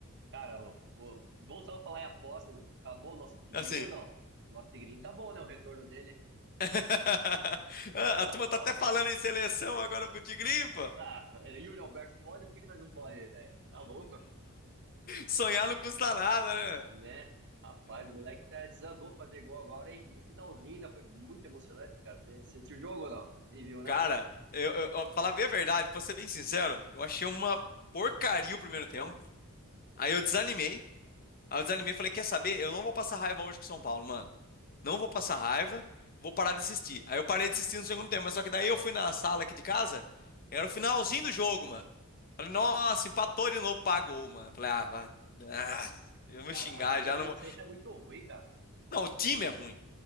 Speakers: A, on the right; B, on the left.
A: Cara, o, o- voltando a falar em apostas, tá bom o nosso Tigrinho
B: Assim.
A: ou não? Nosso Tigrinho tá bom, né? O retorno dele.
B: <laughs>
A: Cara,
B: A turma
A: top.
B: tá até falando em seleção agora pro Tigrinho, pô.
A: Ah, Yuri Alberto pode, por que que nós não pode, velho? Tá louco?
B: Sonhar não custa nada,
A: Né?
B: né?"
A: Rapaz, o moleque tá, desandou fazer gol agora e no finalzinho ainda foi muito emocionante, cara. Você você assistiu o jogo ou não? Nem viu, né?
B: Cara, eu, eu, eu- falar bem a verdade, pra ser bem sincero, eu achei uma porcaria o primeiro tempo. Aí eu desanimei. Aí eu desanimei e falei: quer saber? Eu não vou passar raiva hoje com o São Paulo, mano. Não vou passar raiva, vou parar de assistir. Aí eu parei de assistir no segundo tempo, mas só que daí eu fui na sala aqui de casa, era o finalzinho do jogo, mano. Falei, nossa, empatou de novo, pagou, mano. Falei, ah, vai. Ah, eu vou
A: Cara,
B: xingar
A: a zaga
B: já,
A: de
B: não
A: vocês
B: vou.
A: é muito ruim, cara.
B: Não, o time é ruim.